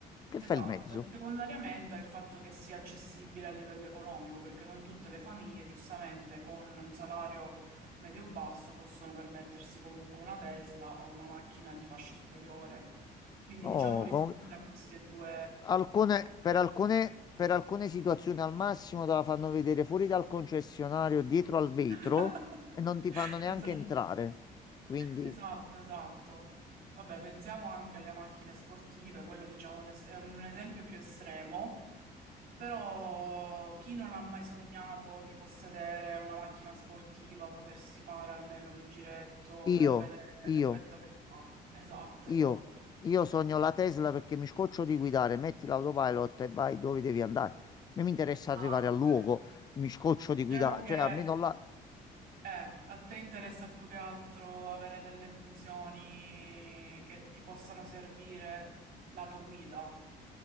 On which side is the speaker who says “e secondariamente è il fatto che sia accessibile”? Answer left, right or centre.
Right